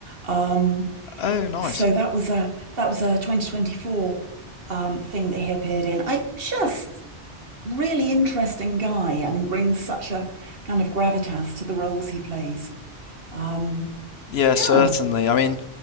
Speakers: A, on the right; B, on the left.
A: Um,
B: Oh, nice.
A: so that was a that was a 2024 um, thing that he appeared in. I just really interesting guy and brings such a kind of gravitas to the roles he plays. Um,
B: Yeah,
A: yeah.
B: certainly. I mean,